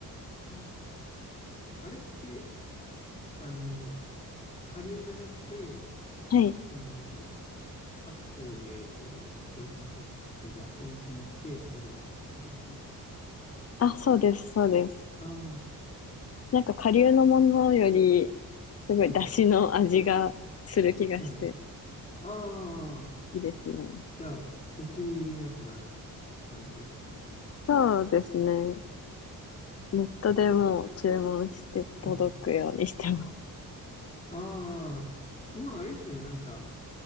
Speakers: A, on the left; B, on the left.
A: うんあれって、あの、顆粒じゃなくて、
B: はい。
A: その、パックでこう、沸騰させて、出汁引いて捨てるみたいなやつ
B: あ、
A: ですかね。
B: そうです、そうです。
A: ああ、
B: なんか、顆粒のものより、すごいだしの味がする気がして、
A: はい、はい。ああ、
B: いいですね。
A: じゃあ、お気に入りのやつがあるって感じですかね。
B: そうですね。ネットでもう注文して届くようにしてます。
A: はい。ああ、今あれですよね、なんか、